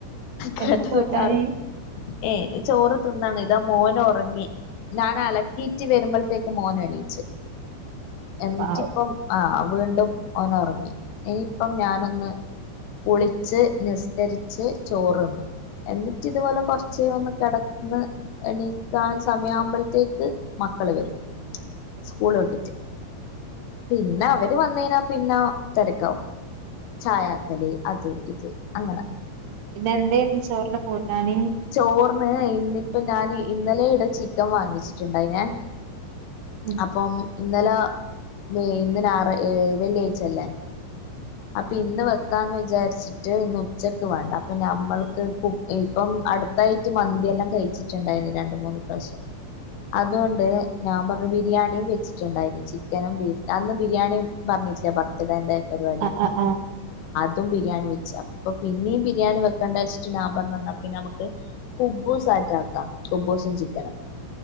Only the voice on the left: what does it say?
കേട്ടത്
മാറി ഏ നി ചോറ് തിന്നാണ് ഇതാ മോന് ഒറങ്ങി ഞാനലക്കീറ്റ് വരുമ്പൾത്തേക്ക് മോനെണീച്ച് എന്നിട്ട്
ഇപ്പം ആ വീണ്ടും ഓനൊറങ്ങി ഇനിയിപ്പം ഞാനൊന്ന് കുളിച്ച് നിസ്കരിച്ച് ചോറ്ണ്ണും എന്നിട്ട് ഇത്പോലെ കാെർച്ച് ഒന്ന് കെട ന്ന് എണീക്കാൻ സമയ ആമ്പോഴത്തേക്ക് മക്കള് വരും സ്കൂൾ വിട്ടിട്ട് പിന്നെ അവര് വന്ന് കഴിഞ്ഞാൽ പിന്നെ തിരക്കാവും ചായ ആക്കല് അത് ഇത് അങ്ങനെ
ചോറ്. ഇന്ന് ഇന്നിപ്പോ ഞാൻ ഇന്നലെ ഇടെ ചിക്കൻ വാങ്ങിച്ചിട്ടുണ്ടായിനെ.
അപ്പം ഇന്നലെ മെയ്‌ ഇന്ന് ഞായർ ഏഹ് വെള്ളിയാഴ്ചല്ലേ. അപ്പൊ ഇന്ന് വെക്കാന്ന് വിചാരിച്ചിട്ട് ഇന്ന് ഉച്ചക്ക് വേണ്ട അപ്പൊ നമ്മൾക്ക് കു ഇപ്പം അടുത്തായിട്ട് മന്തിയെല്ലാം കഴിച്ചിട്ടുണ്ടായിന് രണ്ട് മൂന്ന് പ്രാവശ്യം, അതുകൊണ്ട് ഞാൻ പറഞ്ഞു ബിരിയാണിയും വെച്ചിട്ടുണ്ടായിന് ചിക്കനും ബീഫും, അന്ന് ബിരിയാണി പറഞ്ഞിട്ടില്ലേ ബർത്ത്ഡേന്റെ. പരിപാടി
ഇന്നും ബിരിയാണി വെച്ചാ അപ്പൊ പിന്നെയും ബിരിയാണി വെക്കേണ്ട വെച്ചിട്ട് ഞാൻ പറഞ്ഞു എന്നാ പിന്നെ നമുക്ക് കുബൂസ് ആറ്റ് ആക്കാം കുബൂസും ചിക്കനും.